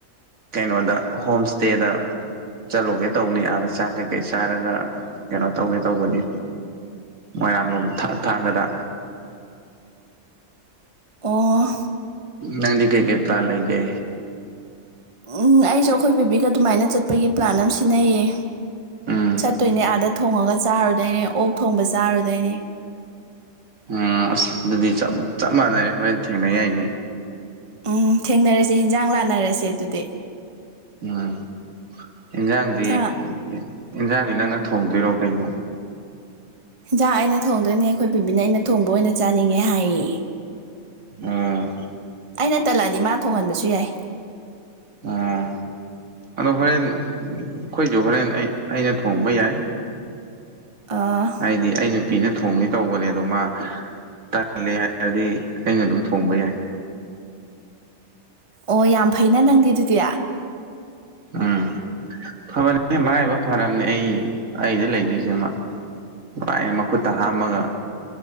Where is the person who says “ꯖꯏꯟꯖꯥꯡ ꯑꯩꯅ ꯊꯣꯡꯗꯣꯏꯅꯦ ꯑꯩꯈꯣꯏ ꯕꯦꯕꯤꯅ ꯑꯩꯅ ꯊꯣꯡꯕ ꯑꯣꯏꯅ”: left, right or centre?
Right